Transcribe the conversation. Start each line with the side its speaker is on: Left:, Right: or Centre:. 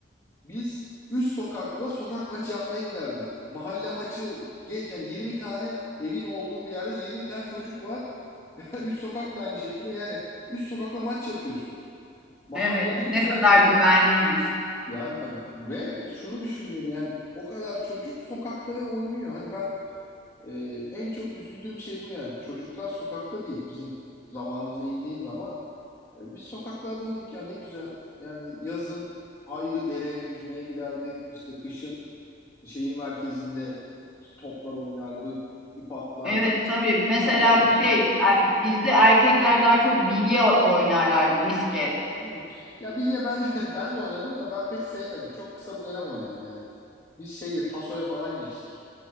Left: Biz üst sokakla sokak maçı yapmaya giderdik. Mahalle maçı geç yani 20 tane evin olduğu bir yerde 20 tane çocuk var. <laughs> Üst sokak da aynı şekilde yani üst sokakla maç yapıyorsun. Mahallede
Centre: evet ne
Left: yüzlerce
Centre: kadar güvenliymiş.
Left: yani tabii ve şunu düşünüyor yani o kadar çocuk sokakta ve oynuyor. Hani ben e, en çok üzüldüğüm şey bu yani. Çocuklar sokakta değil. Bizim zamanımıza indiğin zaman e, biz sokaklardaydık ya ne güzel. Yani yazın ayrı dereye yüzmeye giderdik. İşte kışın şehir merkezinde işte toplar oynardık, ip atlardık,
Centre: Evet tabii mesela
Left: her şeyi yapardık
Centre: şey e,
Left: yani.
Centre: bizde erkekler daha çok bilye o- oynarlardı misket.
Left: Hı hı. Ya bilye ben <laughs> ben de oynadım da ben pek sevmedim. Çok kısa bir dönem oynadım yani. Biz şeyle tasoya falan geçtik.